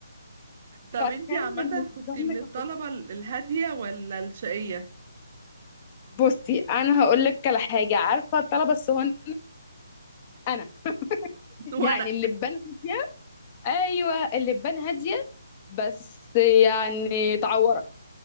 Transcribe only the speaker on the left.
فكان
بالنسبه
لنا كان-
بصي انا هقول لك على حاجه عارفه الطلبه الصهاينه انا
يعني
اللبان هاديه ايوه اللبان هاديه بس يعني تعورك